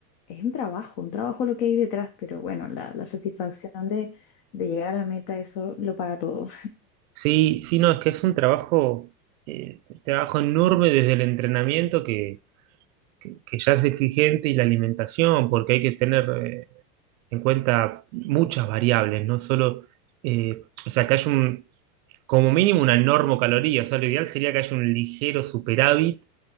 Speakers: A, on the left; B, on the right.
A: es un trabajo, un trabajo lo que hay detrás, pero bueno, la, la satisfacción de, de llegar a la meta, eso lo paga todo.
B: Sí, sí, no, es que es un trabajo, eh, trabajo enorme desde el entrenamiento que, que- que ya es exigente y la alimentación, porque hay que tener eh, en cuenta muchas variables, no solo, eh, o sea, que haya un, como mínimo una normocaloría, o sea, lo ideal sería que haya un ligero superávit